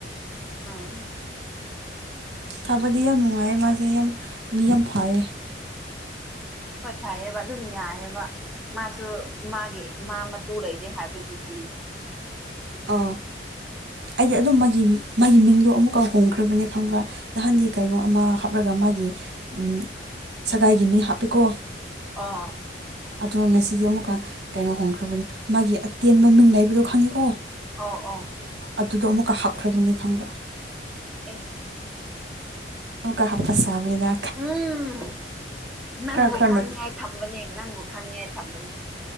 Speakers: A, in the centre; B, on the right.
A: ꯑꯥ
B: ꯐꯥꯕꯗꯤ ꯌꯥꯝ ꯅꯨꯡꯉꯥꯏꯌꯦ ꯃꯥꯁꯦ ꯌꯥꯝ ꯃꯤ ꯌꯥꯝ ꯐꯥꯏꯌꯦ
A: ꯍꯣꯏ ꯐꯩꯌꯦꯕ ꯑꯗꯨꯝ ꯌꯥꯑꯦꯕ ꯃꯥꯁꯨ ꯃꯥꯒꯤ ꯃꯥ ꯃꯇꯨ ꯂꯩꯇꯦ ꯍꯥꯏꯕꯗꯨꯗꯤ
B: ꯑꯣ ꯑꯩꯗꯤ ꯑꯗꯨꯝꯕꯒꯤ ꯃꯥꯒꯤ ꯃꯤꯡꯗꯣ ꯑꯃꯨꯛꯀꯥ ꯍꯣꯡꯈ꯭ꯔꯕꯅꯦ ꯈꯪꯕ꯭ꯔꯥ ꯅꯍꯥꯟꯗꯤ ꯀꯩꯅꯣ ꯑꯃ ꯍꯥꯞꯔꯒ ꯃꯥꯒꯤ ꯎꯝ ꯁꯒꯥꯏꯒꯤ ꯃꯤ ꯍꯥꯞꯄꯦꯀꯣ
A: ꯑꯥ
B: ꯑꯗꯨ ꯉꯁꯤꯗꯤ ꯑꯃꯨꯛꯀ ꯀꯩꯅꯣ ꯍꯣꯡꯈ꯭ꯔꯕꯅꯤ ꯃꯥꯒꯤ ꯑꯇꯦꯟꯕ ꯃꯤꯡ ꯂꯩꯕꯗꯣ ꯈꯪꯉꯤ ꯑꯣ
A: ꯑꯥꯎ ꯑꯥꯎ
B: ꯑꯗꯨꯗꯣ ꯑꯃꯨꯛꯀ ꯍꯥꯞꯈ꯭ꯔꯕꯅꯤ ꯈꯪꯕ꯭ꯔꯥ
A: ꯑꯩꯁ
B: ꯑꯃꯨꯛꯀ ꯍꯥꯞꯄ ꯁꯥꯕꯅꯤꯗ
A: ꯎꯝ ꯅꯪꯕꯨ
B: ꯈꯔ
A: ꯈꯪꯅꯤꯡꯉꯥꯏ
B: ꯅꯣꯠ
A: ꯊꯝꯕꯅꯦ ꯅꯪꯕꯨ ꯈꯪꯅꯤꯡꯉꯥꯏ ꯊꯝꯕꯅꯦ